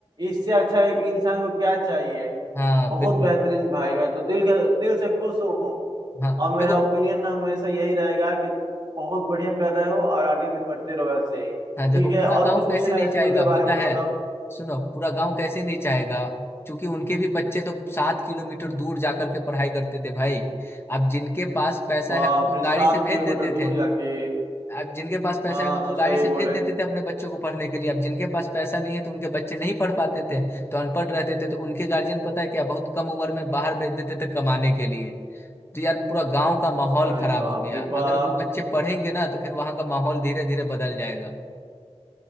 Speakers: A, on the right; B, on the left.
A: इससे अच्छा एक इंसान को क्या चाहिए
B: हाँ
A: बहुत
B: बिल्कुल
A: बेहतरीन भाई मैं तो दिल के दिल से खुश हूँ
B: हाँ
A: और मेरा
B: देखो
A: ओपिनियन हमेशा यही रहेगा कि बहुत बढ़िया कर रहे हो और आगे भी करते रहो ऐसे ही
B: हाँ देखो
A: ठीक है
B: पूरा
A: और
B: गांव
A: कुछ पूछना
B: कैसे नहीं
A: है
B: चाहेगा
A: स्कूल के बारे
B: पता
A: में
B: है
A: तो बताओ
B: सुनो पूरा गांव कैसे नहीं चाहेगा क्योंकि उनके भी बच्चे तो सात किलोमीटर दूर जाकर के पढ़ाई करते थे भाई अब जिनके पास पैसा
A: बाप
B: है वो तो
A: रे
B: गाड़ी
A: सात
B: से भेज
A: किलोमीटर
B: देते
A: दूर
B: थे
A: जाके
B: अब जिनके पास पैसा
A: हाँ
B: है वो तो
A: सही
B: गाड़ी से भेज
A: बोले
B: देते थे अपने बच्चों को पढ़ने के लिए अब जिनके पास पैसा नहीं है तो उनके बच्चे नहीं पढ़ पाते थे तो अनपढ़ रहते थे तो उनके गार्जियन पता है क्या बहुत कम उम्र में बाहर भेज देते थे कमाने के लिए तो यार पूरा गांव का माहौल
A: अरे
B: खराब
A: बाप
B: हो गया
A: रे बाप
B: अगर वो बच्चे पढ़ेंगे ना तो फिर वहां का माहौल धीरे धीरे बदल जाएगा